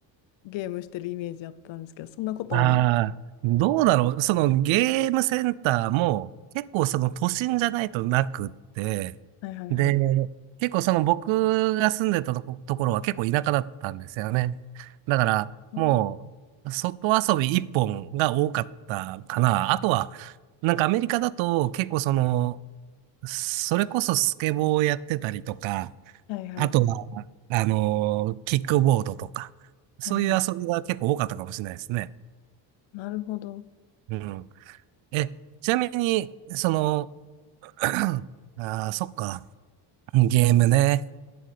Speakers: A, on the left; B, on the right.
A: ゲームしてるイメージあったんですけど、そんなことはない。
B: ああ、どうだろう。そのゲームセンターも結構その都心じゃないとなくって、
A: はいはいはい。
B: で、結構その僕が住んでたとこ、ところは結構田舎だったんですよね。だからもう外遊び一本が多かったかな。
A: うん
B: あとは、なんかアメリカだと結構その、それこそスケボーをやってたりとか、
A: はいはい。
B: あとは、あの、キックボードとか、
A: はいはい。
B: そういう遊びが結構多かったかもしれないですね。
A: なるほど。
B: うん。え、ちなみに、その、<clears throat> ああ、そっか。ゲームね。